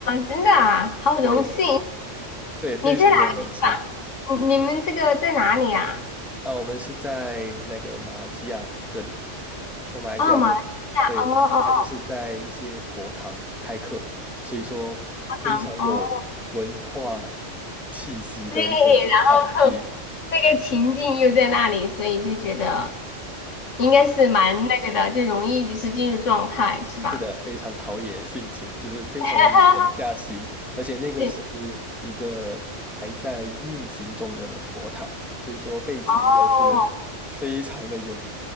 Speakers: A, on the left; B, in the centre.
A: 真的啊，好荣幸！
B: 对，对，非常的荣幸。
A: 你在哪个地方？你你们这个在哪里啊？
B: 啊，我们是在那个马来西亚这里，那马来西亚这里，
A: 哦，马来西亚，
B: 对，
A: 哦哦哦，
B: 他就是在一些佛堂开课，所以说非常有文化气息的一个场地。
A: 啊哦，对，然后那个情境又在那里，所以就觉得。应该是蛮那个的，就容易就是进入状态，是吧？
B: 是的，非常陶冶性情，就是非常容易沉下心，
A: <laughs>
B: 而且那个是一个还在运行中的佛堂，
A: 对，
B: 所以说背景乐是非常的有，
A: 哦